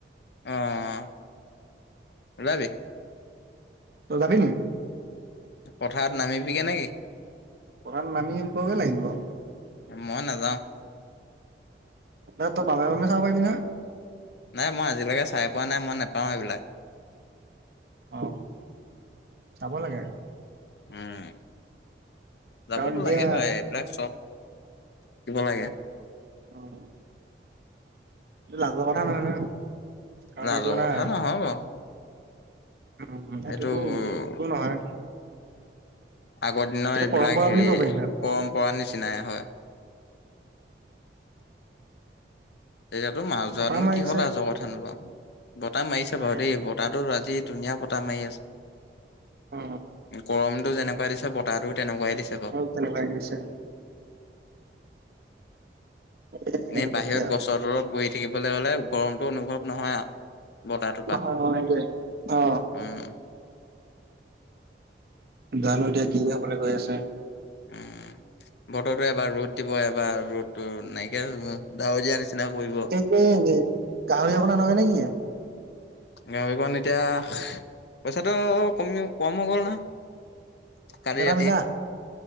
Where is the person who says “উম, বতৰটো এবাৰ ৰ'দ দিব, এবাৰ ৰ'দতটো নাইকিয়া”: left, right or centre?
Left